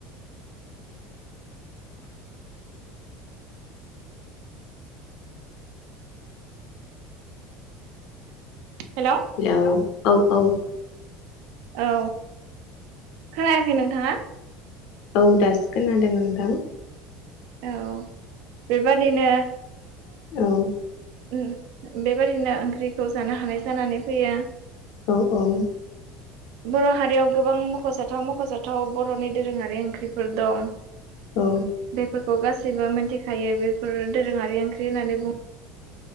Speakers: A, on the right (about 70°); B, on the left (about 65°).
A: हेलौ
B: हेलोव औ औ
A: औ खोनायाखै नोंथांङा?
B: औ दासो खोनादों नोंथां
A: औ बेबादिनो
B: औ
A: उम बेबायादिनो ओंख्रिखौ जानो हानाय जानानै फैयो।
B: औ औ
A: बर'हारियाव गोबां मखजाथाव मखजाथाव बर'नि दोरोंङारि ओंख्रिफोर दं।
B: औ
A: बेफोरखौ गासैबो मिथिखायो बेफोर दोरोंङारि ओंख्रि होननानै बुं